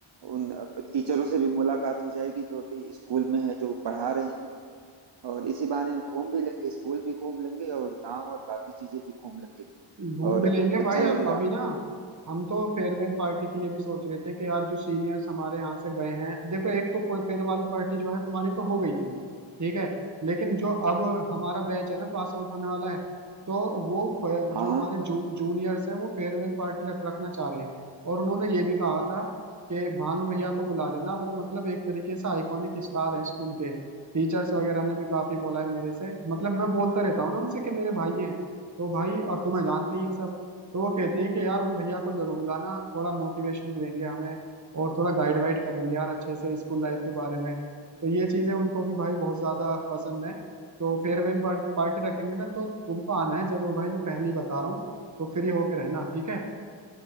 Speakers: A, on the right (about 60°); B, on the right (about 35°).
A: उन टीचरों से भी मुलाकात हो जाएगी जो अभी स्कूल में है जो पढ़ा रहे हैं और इसी बहाने हम घूम भी लेंगे स्कूल भी घूम लेंगे और गांव और बाकी चीजें भी घूम लेंगे
B: घूम
A: और
B: भी लेंगे
A: अच्छा
B: भाई
A: लगेगा
B: अ- अभी
A: हम
B: ना
A: सबको
B: हम तो फेयरवेल पार्टी के लिए भी सोच रहे थे कि यार जो सीनियर्स हमारे यहाँ से गए हैं देखो एक तो फेयरवेल पार्टी जो है तुम्हारी तो हो गई थी ठीक है लेकिन जो अब हमारा बैच है ना पास आउट होने वाला है तो वो फ-
A: हाँ
B: जो हमारे
A: हाँ
B: जू, जूनियर्स हैं वो फेयरवेल पार्टी लग रखना चाह रहे हैं और उन्होंने ये भी कहा था कि भानु भैया को बुला लेना वो मतलब एक तरीके से आइकॉनिक स्टार हैं स्कूल के टीचर्स वगैरह ने भी काफी बोला है मेरे से मतलब मैं बोलता रहता हूँ ना उनसे कि मेरे भाई हैं तो भाई और तुम्हें जानते ही हैं सब तो वो कहते हैं कि यार उन भैया को जरूर बुलाना थोड़ा मोटिवेशन देंगे हमें और थोड़ा गाइड वाइड करेंगे यार अच्छे से स्कूल लाइफ के बारे में तो ये चीजें उनको भी भाई बहुत ज्यादा पसंद है तो फेयरवेल पार्टी रखेंगे ना तो तुमको आना है जरूर भाई मैं पहले ही बता रहा हूँ तो फ्री होके रहना ठीक है